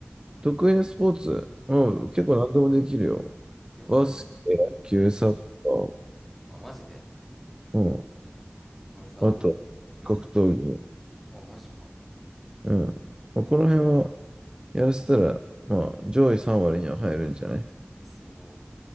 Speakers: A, on the right; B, in the centre.
A: 得意なスポーツ、うん、
B: うん。
A: 結構何でもできるよ。
B: いや、本当に
A: バスケ、野球、
B: うん。
A: サッカー、
B: あ、マジで
A: うん。
B: 俺さ、
A: あと、
B: あの、うん。
A: 格闘技。
B: あ、マジか。
A: うん。まあこの辺はやらせたら、まあ、上位3割には入るんじゃない
B: え、すご。